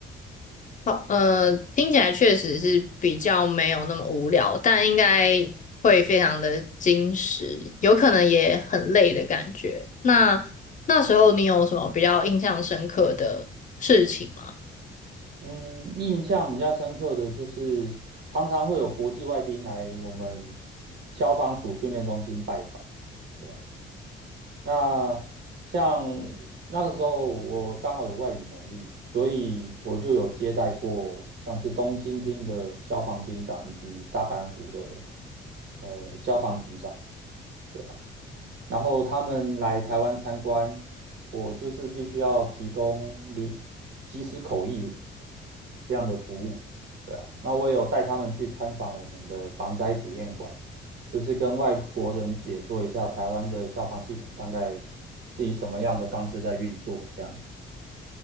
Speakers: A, on the left (about 40°); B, on the right (about 60°).
A: 好，呃，听起来确实是比较没有那么无聊，但应该会非常的矜持，有可能也很累的感觉。那那时候你有什么比较印象深刻的事情吗？
B: 嗯，印象比较深刻的就是常常会有国际外宾来我们消防署训练中心拜访。对。那像那个时候我刚好有外语能力，所以我就有接待过像是东京厅的消防厅长以及大阪府的呃消防局长。对。啊。然后他们来台湾参观，我就是必须要提供离即时口译这样的服务，对啊。那我也有带他们去参访我们的防灾体验馆，就是跟外国人解说一下台湾的消防系统大概是以什么样的方式在运作，这样。